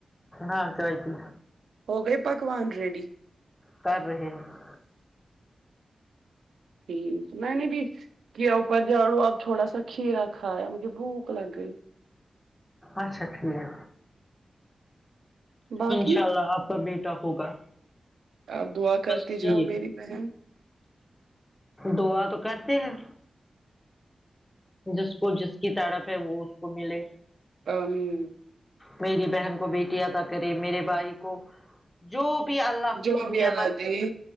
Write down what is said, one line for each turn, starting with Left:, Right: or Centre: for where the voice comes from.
Left: ہاں چائے پی
Right: ہو گئے پکوان ریڈی
Left: کر رہے ہیں
Right: ٹھیک میں نے بھی کیا اوپر جھاڑو آپ تھوڑا سا کھیا کھایا مجھے بھوک لگ گئی
Left: اچھا ٹھیک ہے
Right: باقی
Left: انشاء اللہ آپ کا بیٹا ہوگا
Right: آپ دعا کرتی
Left: بس ٹھیک
Right: جاؤ میری بہن
Left: دعا تو کرتے ہیں جس کو جس کی تٹپ ہے وہ اس کو ملے
Right: آمین
Left: میری بہن کو بیٹی اتا کرے میرے بھائی کو جو بھی اللہ کو
Right: جو بھی
Left: نعمت
Right: اللہ دے